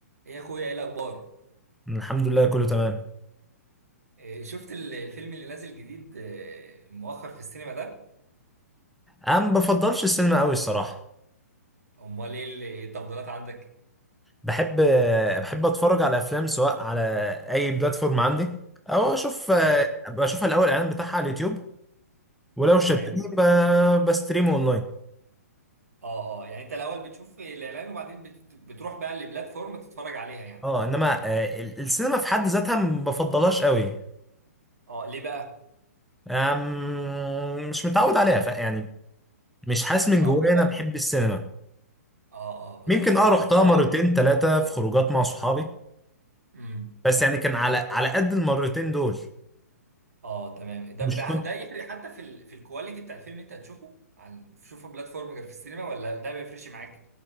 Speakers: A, on the right; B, in the centre.
A: ايه يا اخويا ايه الاخبار
B: الحمد لله كله تمام
A: إيه شفت ال- الفيلم اللي نازل جديد آه، مؤخر في السينما ده
B: انا ما بفضلش السينما قوي الصراحه
A: امال ايه ال- إيه التفضيلات عندك
B: بحب بحب اتفرج على افلام سواء على اي بلاتفورم عندي او اشوف
A: ايوه
B: ابقى اشوف الاول الاعلان بتاعها على اليوتيوب ولو
A: تمام
B: شدني ب- بستريمه اونلاين
A: اه اه يعني انت الاول بتشوف الاعلان وبعدين بت... بتروح بقى لبلاتفورم تتفرج عليها يعني
B: اه انما آه، ال- السينما في حد ذاتها ما بفضلهاش قوي
A: اه ليه بقى
B: آم، مش متعود عليها ف- يعني مش حاسس من
A: اه
B: جوايا
A: بالظبط
B: انا بحب السينما
A: اه اه بالظبط
B: ممكن اه
A: بالظبط
B: رحتها
A: هو
B: مرتين ثلاثه في خروجات مع صحابي
A: امم
B: بس يعني كان على على قد المرتين دول
A: اه تمام ده
B: مش
A: بع- ده يفرق حتى في ال... في الكواليتي بتاع الفيلم اللي انت هتشوفه عن تشوفه بلاتفورم غير في السينما ولا ده ما بيفرقش معاك